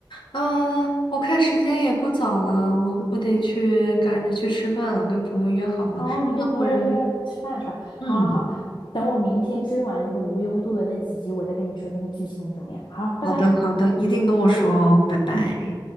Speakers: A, on the left; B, on the left.
A: 啊，我看时间也不早了，我我得去赶着去吃饭了，跟朋友约好了，
B: 哦，你跟朋友约了吃饭是吧？
A: 不然。嗯，
B: 好好好，等我明天追完那个无忧渡的那几集，我再跟你说那个剧情怎么样。好，拜拜。
A: 好的，好的，一定跟我说哦，拜拜。
B: 嗯。